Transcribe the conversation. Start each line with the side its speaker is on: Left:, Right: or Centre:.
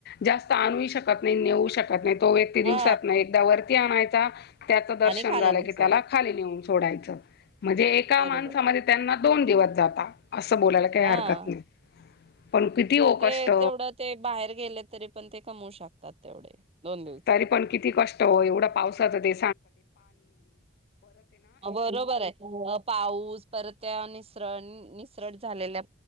Left: जास्त आणूही शकत नाही नेऊ ही शकत नाही तो व्यक्ती दिवसातन
Right: हा
Left: एकदा वरती आणायचा त्याच दर्शन
Right: आणि खाली
Left: झाल
Right: नाही
Left: की
Right: सोडायच
Left: त्याल खाली नेऊन सोडायच म्हणजे एका
Right: बरोबर
Left: माणसामाग त्यांना दोन दिवस आता अस बोलायला काय
Right: हा
Left: हरकत नाही पण किती ओ
Right: ते
Left: कष्ट
Right: तेवढ ते बाहेर गेल तरी पण कमवू शकतात तेवढे दोन दिवसात
Left: तरी पण किती कष्ट ओ येवढ्या पावसाच आणि
Right: बरोबर आहे त्यांत पाऊस परत त्याव निसरट झालेल्य